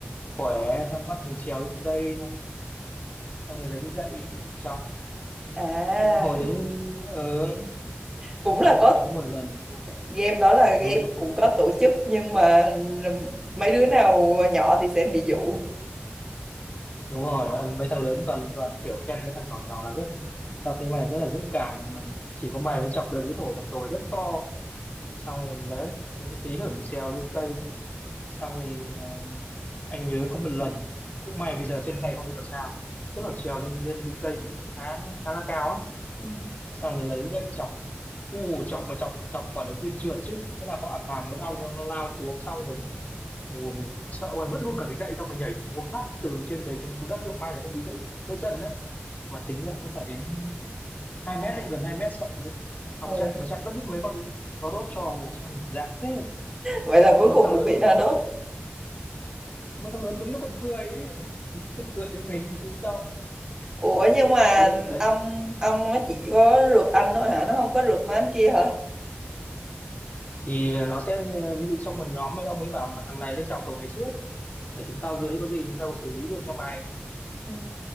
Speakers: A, on the left; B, on the right.
A: khỏe xong bắt mình trèo lên cây xong xong rồi lấy cái gậy chọc
B: À,
A: thế là hồi đấy ờ,
B: cũng là
A: anh
B: có
A: có nhớ một lần chưa
B: game đó là game
A: ừ,
B: cũng có tổ chức nhưng mà mấy đứa nào nhỏ thì sẽ bị dụ
A: đúng rồi mấy thằng lớn toàn toàn kiểu khen mấy thằng nhỏ nhỏ là rất tao thấy mày rất là dũng cảm mà mày chỉ có mày mới chọc được cái thổ thằng tồi rất to xong rồi đấy cũng tí hưởng trèo lên cây xong rồi ờ, anh nhớ có một lần cũng may bây giờ chân tay không bị sao tức là trèo lên lên cái cây mà cũng khá khá là cao ấy
B: Ừ.
A: xong rồi lấy gậy chọc u chọc mà chọc chọc quả đầu tiên trượt chứ thế là có thảm muốn ong nó nó lao xuống xong mình mùa mình sợ quá vứt luôn cả cái gậy xong mình nhảy một phát từ trên đấy xuống xuống đất luôn may là không bị gãy gãy chân đấy mà tính ra cũng phải đến 2 mét đấy gần 2 mét sợ thật đấy xong
B: Ôi,
A: chạy mà chạy vẫn bị mấy con nó đốt cho xong rồi dại thế
B: vậy
A: xong
B: là cuối
A: mấy
B: cùng
A: thằng
B: cũng
A: lớn
B: bị
A: nó còn
B: nó đốt.
A: nó, mấy thằng lớn đứng nó còn cười ấy. <laughs> còn cười với mình cũng đau
B: Ủa nhưng mà
A: đấy, đấy
B: ông ông nó chỉ có rượt anh thôi hả? Nó không có rượt mấy anh kia hả?
A: thì nó sẽ ví dụ trong một nhóm mấy ông ấy bảo mà thằng này nên chọc cậu này trước để chúng tao dưới có gì chúng tao có xử lý được cho mày
B: Ừ.